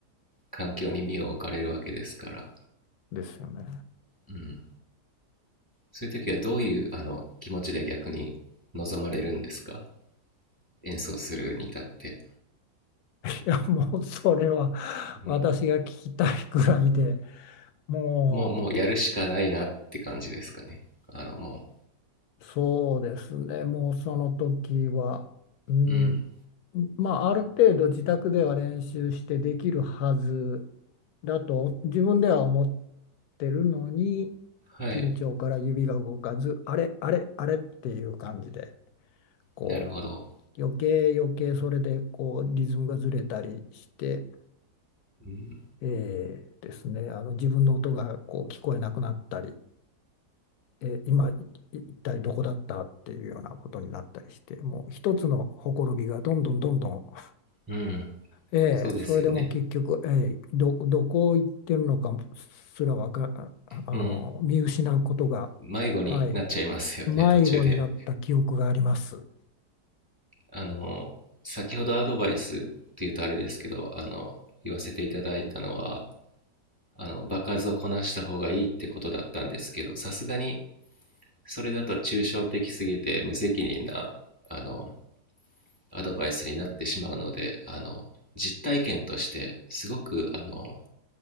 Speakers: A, on the right; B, on the left.
A: 環境に身を置かれるわけですから、
B: ですよね。
A: うん、そういう時はどういうあの気持ちで逆に望まれるんですか演奏するに至って、
B: いや、もうそれは
A: うん、
B: 私が聞きたいくらいで、も
A: もうもうやるしかないなって感じですかねあのも
B: うそうですね、もうその時は、うん、
A: ううん
B: まあある程度自宅では練習してできるはずだと自分では思ってるのに、
A: はい
B: 緊張から指が動かず、あれ、あれ、あれっていう感じで、こ
A: なるほど
B: う、余計余計それでこうリズムがずれたりして、
A: うん、
B: えーですね、あの自分の音がこう聞こえなくなったり、えー今い一体どこだったっていうようなことになったりして、もう一つのほころびがどんどんどんどん、<laughs>
A: うん、
B: えーそれでもう結局、
A: そうですよね
B: えーど、どこ行ってるのかすらわか、ああの見失うことが、
A: うん迷子になっちゃいますよね途中で
B: はい、迷子になった記憶があります。
A: あの、先ほどアドバイスっていうとあれですけど、あの、言わせていただいたのは、あの、場数をこなした方がいいってことだったんですけど、さすがにそれだと抽象的すぎて無責任な、あの、アドバイスになってしまうので、あの、実体験としてすごく、あの、